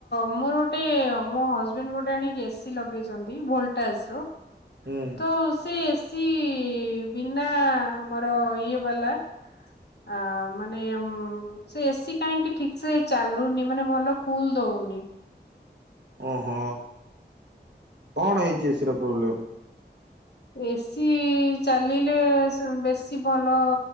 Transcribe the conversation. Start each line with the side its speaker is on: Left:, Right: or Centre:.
Left: ମୋର ଗୋଟେ ମୋ ହଜବେଣ୍ଡ ଗୋଟେ ଆଣିକି ଏସି ଲଗେଇଛନ୍ତି ଭୋଲଟାଜ ର।
Right: ହୁଁ
Left: ତ ସେ ଏସି କି ବିନା ଆମର ଇଏ ବାଲା। ଆ ମାନେ ସେ ଏସି କାହିଁକି ଠିକ ସେ ଚାଲୁନି ମାନେ ଭଲ କୁଲ ଦଉନି।
Right: ଓହୋ କଣ ହେଇଛି ଏସି ର ପ୍ରୋବ୍ଲେମ୍?
Left: ଏସି ଚାଲିଲେ ବେଶୀ ଭଲ